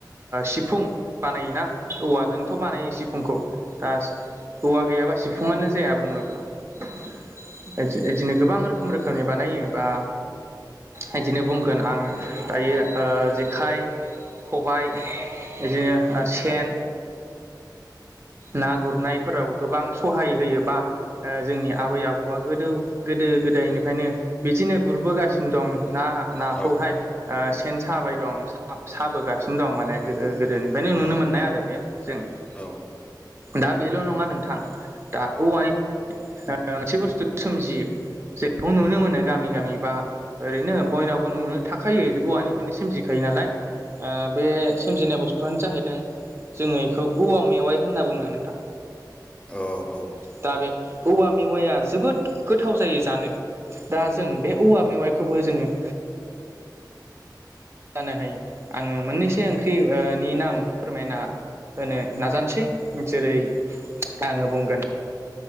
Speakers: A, on the right; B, on the left.
A: सिफुं बानायोना औवाजोंथ' बानायो सिफुंखौ दा औवा गैयाबा सिफुङानो जाया बुङोब्ला । बिदिनो गोबां रोखोम रोखोमनि बानायो बा बिदिनो बुंगोन आं दायो जेखाइ खबाय बिदिनो सेन ना गुरनायफोराव गोबां सहाय होयोबा जोंनि आबै आबौआ गोदौ गोद गोदो गोदायनिफ्रायनो बिदिनो गुरबोगासिनो दं ना नाखौहाय
B: औ
A: सेन साबाय दं। दं साबोगासिनो दं माने गोदोनिफ्रायनो नुनो
B: औ
A: मोननाय आरो बे जों
B: औ
A: दा बेल' नङा नोंथां दा औवानि मोनसे बुस्थु सोमजियो। जोंखौ नुनो मोनो गामि गामि बा ओरैनो बयनावबो नुनो थाखायो औवानिफ्रायनो सोमजिखायो। नाल बे सजिनाय बुस्थुआनो जाहैदों जोङो बेखौ औवा मेवाय होनना बुङो नोंथां।
B: औ औ
A: दा बे औवा मेवाया जोबोद गोथाव जायो जानो। दा जों बे औवा मेवाइखौबो जोङो जानोहै आङो मोननैसो ओंख्रि ओ नि नाम फोरमायना होनो नाजानोसै जेरै आङो बुंगोन।